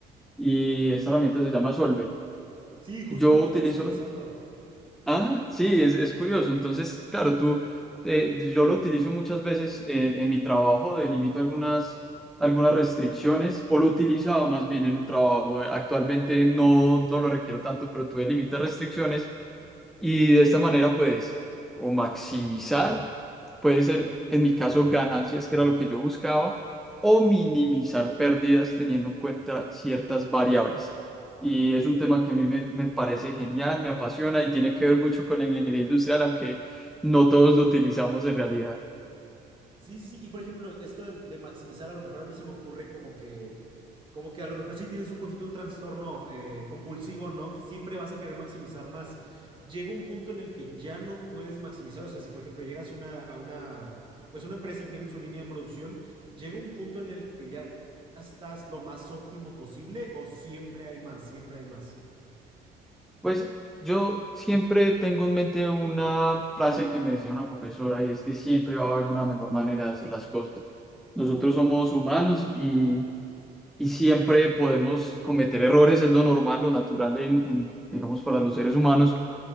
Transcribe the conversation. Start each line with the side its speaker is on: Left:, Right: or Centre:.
Centre: y esta herramienta se llama Solver.
Right: Sí, justo
Centre: Yo
Right: es lo
Centre: utilizo
Right: que estamos utilizando.
Centre: Ah, sí, es, es curioso. Entonces, claro, tú, eh, yo lo utilizo muchas veces eh, en mi trabajo, delimito algunas, algunas restricciones, o lo utilizaba más bien en un trabajo. eh, Actualmente no, no lo requiero tanto, pero tú delimitas restricciones y de esta manera, pues, o maximizar, puede ser, en mi caso, ganancias, que era lo que yo buscaba, o minimizar pérdidas teniendo en cuenta ciertas variables. Y es un tema que a mí me, me parece genial, me apasiona y tiene que ver mucho con la ingeniería industrial, aunque no todos lo utilizamos en realidad.
Right: Sí, sí, sí. Y por ejemplo, esto de, de maximizar, a lo mejor a mí se me ocurre como que, como que a lo mejor sí tienes un poquito un trastorno eh, compulsivo, ¿no? Que Siempre vas a querer maximizar más. Llega un punto en el que ya no puedes maximizar. O sea, si por ejemplo llegas una, a una, pues una empresa y tienen su línea de producción, llega un punto en el que ya estás lo más óptimo posible o siempre hay más, siempre hay más.
Centre: Pues yo siempre tengo en mente una frase que me decía una profesora y es que siempre va a haber una mejor manera de hacer las cosas. Nosotros somos humanos y y siempre podemos cometer errores, es lo normal, lo natural en, en, digamos, para los seres humanos.